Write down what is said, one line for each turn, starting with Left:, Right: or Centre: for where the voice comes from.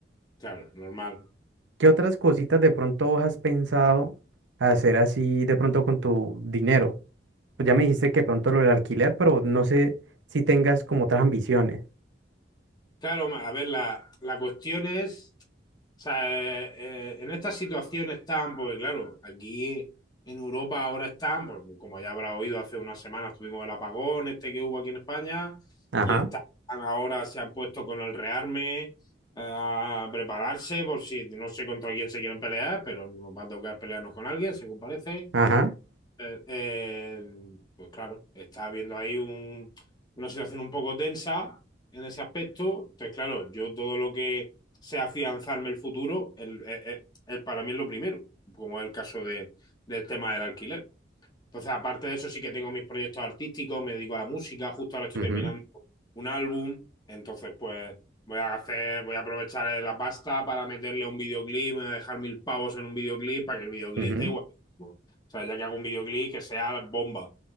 Left: claro, normal.
Right: ¿Qué otras cositas de pronto vos has pensado hacer así de pronto con tu dinero? Pues ya me dijiste que pronto lo del alquiler, pero no sé si tengas como otras ambiciones.
Left: Claro, ma- a ver, la, la cuestión es, o sea, eh, eh, en estas situaciones tan, pues claro, aquí en Europa ahora están, pues como ya habrá oído, hace unas semanas tuvimos el apagón este que hubo aquí en España,
Right: Ajá,
Left: y están ahora, se han puesto con el rearme eh, a prepararse por si, no sé contra quién se quieren pelear, pero nos va a tocar pelearnos con alguien, según parece.
Right: ajá,
Left: Eh, eh, pues claro, está habiendo ahí un- una situación un poco tensa en ese aspecto. Entonces, claro, yo todo lo que sea afianzarme el futuro, el, el- el- el- para mí es lo primero, como es el caso de, del tema del alquiler. Entonces, aparte de eso, sí que tengo mis proyectos artísticos, me dedico a la música, justo ahora estoy
Right: mhm,
Left: terminando un álbum, entonces pues voy a hacer, voy a aprovechar eh, la pasta para meterle a un videoclip, voy a dejar mil pavos en un videoclip para que el videoclip
Right: mhm,
Left: esté guapísimo. O sea, ya que hago un videoclip que sea la bomba,